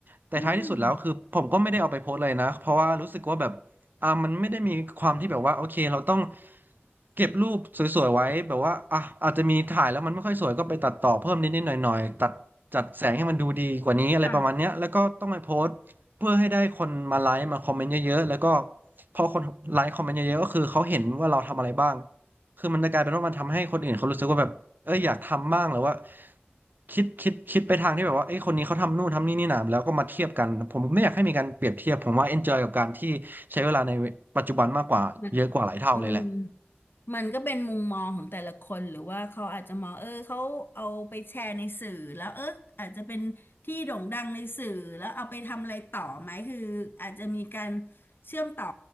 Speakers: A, on the right; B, on the left.
A: แต่ท้ายที่สุดแล้วคือผมก็ไม่ได้เอาไปโพสต์เลยนะเพราะว่ารู้สึกว่าแบบอ่ามันไม่ได้มีความที่แบบว่าโอเคเราต้อง
B: อืม
A: เก็บรูปสวยๆไว้แบบว่าอ่ะอาจจะมีถ่ายแล้วมันไม่ค่อยสวยก็ไปตัดต่อเพิ่มนิดๆหน่อยๆตัดจัดแสงให้มันดูดีกว่านี้อะไรประมาณเนี้ยแล้วก็ต้องไปโพสต์เพื่อให้ได้คนมาไลค์มาคอมเมนต์เยอะๆแล้วก็
B: ค่ะ
A: พอคนไลค์คอมเมนต์เยอะๆก็คือเขาเห็นว่าเราทำอะไรบ้างคือมันจะกลายเป็นว่ามันทำให้คนอื่นเขารู้สึกว่าแบบ เอ้ยอยากทำบ้างหรือว่าคิดคิดคิดไปทางที่แบบว่าเอ้ยคนนี้เขาทำนู่นทำนี่นี่นะแล้วก็มาเทียบกันผมไม่อยากให้มีการเปรียบเทียบผมว่า enjoy กับการที่ใช้เวลาในปัจจุบันมากกว่าเยอะกว่าหลายเท่าเลยแหละ
B: มันมัน มันก็เป็นมุมมองของแต่ละคนหรือว่าเขาอาจจะมองเออเขาเอาไปแชร์ในสื่อแล้วเอออาจจะเป็นที่โด่งดังในสื่อแล้วเอาไปทำอะไรต่อไหมคืออาจจะมีการเชื่อมต่อ